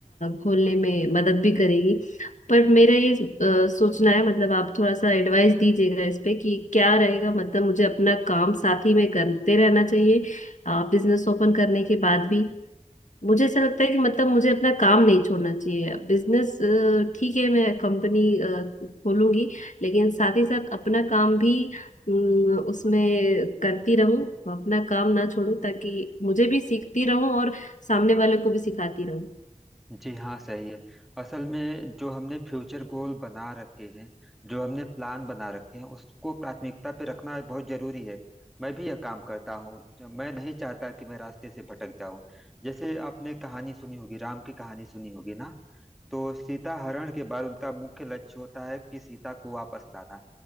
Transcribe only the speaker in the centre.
जी हाँ सही है असल में जो हमने फ्यूचर गोल बना रखे हैं जो हमने प्लान बना रखे हैं उसको प्राथमिकता पे रखना बहुत जरूरी है मैं भी यह काम करता हूँ मैं नहीं चाहता कि मैं रास्ते से भटक जाऊं जैसे आपने कहानी सुनी होगी राम की कहानी सुनी होगी ना तो सीता हरण के बाद उनका मुख्य लक्ष्य होता है कि सीता को वापस लाना